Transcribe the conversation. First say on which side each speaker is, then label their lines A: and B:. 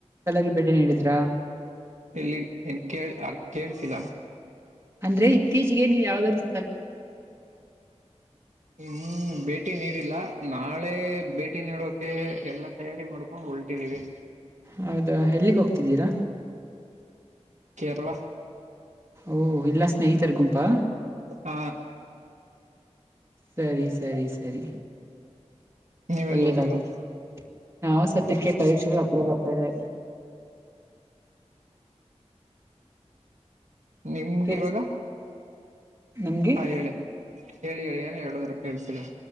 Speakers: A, on the right; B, on the right.
A: ಸ್ಲಗ ಭೇಟೆ ನೀಡಿದ್ರಾ.
B: ಇಲ್ಲಿ ಏನ್ ಕೇಳ ಅರ್ ಕೇಳ್ಸಿಲ್ಲ.
A: ಅಂದ್ರೆ ಇತ್ತೀಚಿಗೆ ನೀವು ಯಾವಾಗಲಾದರೂ.
B: ಹ್ಮ ಭೇಟಿ ನೀಡಿಲ್ಲ. ನಾಳೆ ಭೇಟಿ ನೀಡೋಕೆ ಎಲ್ಲ ತಯಾರಿ ಮಾಡ್ಕೊಂಡು ಹೊಲ್ಟಿದೀವಿ.
A: ಹೌದಾ ಎಲ್ಲಿಗೆ ಹೋಗ್ತಿದ್ದೀರಾ.
B: ಕೇರಳ.
A: ಓಹ ಇಲ್ಲಾ ಸ್ನೇಹಿತರ್ ಗುಂಪಾ
B: ಹ
A: ಸರಿ ಸರಿ ಸರಿ.
B: ನೀವೆಲ್ಲ
A: ಒಳ್ಳೇದಾಗ್ಲಿ
B: ಹೋಗಿಲ್ವಾ
A: ನಾವು ಸದ್ಯಕ್ಕೆ ಪರೀಕ್ಷೆಗಳ ಹತ್ರ ಬರ್ತಾವೆ.
B: ನಿಮಗೆ
A: ಕೆಲ್ಸ
B: ಇವಾಗ
A: ನಮ್ಗೆ
B: ಹಾ ಹೇಳಿ ಹೇಳಿ ಹೇಳಿ ಏನ ಹೇಳುದ್ರ ಕೇಳ್ಸಿಲ್ಲ.